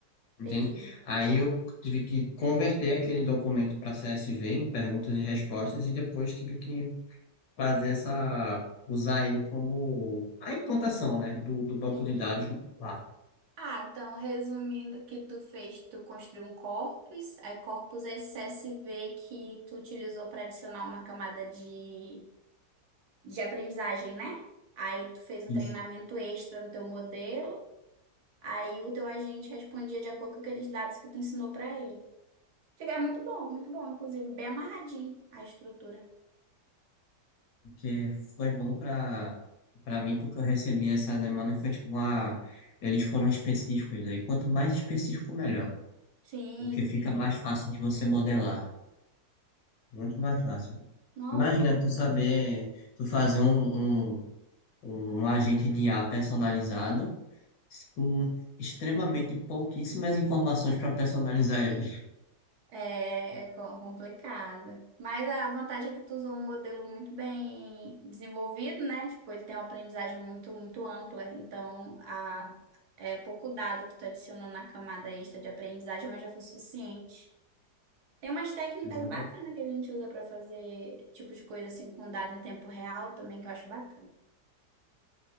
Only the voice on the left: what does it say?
Entende?
Aí eu tive que converter aquele documento para CSV em perguntas e respostas e depois tive que fazer essa, usar ele como a implantação, né, do, do banco
de dados lá.
Isso,
porque foi bom para para mim, porque eu recebi essa demanda e foi tipo, ah, eles foram específicos, né? E quanto mais específico, melhor,
porque
fica mais fácil de você modelar, muito mais fácil.
Imagina tu saber, tu fazer um, um, um agente de IA personalizado com extremamente pouquíssimas informações para personalizar ele.
Exatamente.